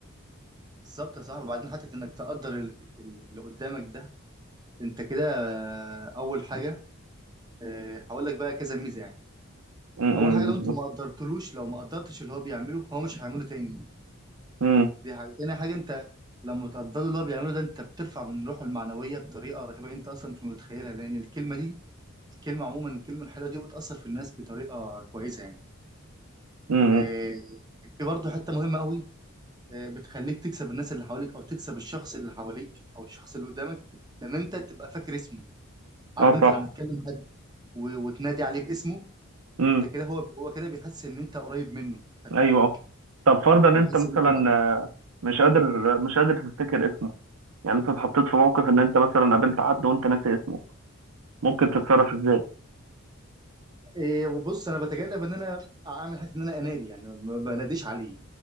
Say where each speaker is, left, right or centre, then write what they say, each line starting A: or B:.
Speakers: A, on the right (about 20°); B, on the right (about 80°).
A: بالظبط يا صاحبي وبعدين حتى انك تقدر ال- ال- اللي قدامك ده انت كده آه، اول حاجه آه، هقول لك بقى كذا ميزه يعني
B: امم
A: اول حاجه لو
B: بالظبط
A: انت ما قدرتلوش لو ما قدرتش اللي هو بيعمله هو مش هيعمله تاني
B: امم
A: دي حاجه تاني حاجه انت لما تقدر اللي هو بيعمله ده انت بترفع من روحه المعنويه بطريقه رهيبه انت اصلا مش متخيلها لان الكلمه دي الكلمه عموما الكلمه الحلوه دي بتاثر في الناس بطريقه كويسه يعني
B: امم
A: آه، في برضه حته مهمه قوي آه، بتخليك تكسب الناس اللي حواليك او تكسب الشخص اللي حواليك او الشخص اللي قدامك لان انت تبقى فاكر اسمه عارف
B: اه
A: انت
B: صح
A: لما تكلم حد و- وتنادي عليه باسمه
B: امم
A: انت كده هو هو كده بيحس ان انت قريب منه خلي
B: أيوه
A: بالك
B: اه طب فرضا إن
A: بيحس
B: أنت مثلا
A: ان
B: آه، مش قادر مش قادر تفتكر اسمه يعني أنت اتحطيت في موقف إن أنت مثلا قابلت حد وأنت ناسي اسمه ممكن تتصرف إزاي؟
A: إيه وبص انا بتجنب ان انا اعمل حته ان انا انادي يعني ما بناديش عليه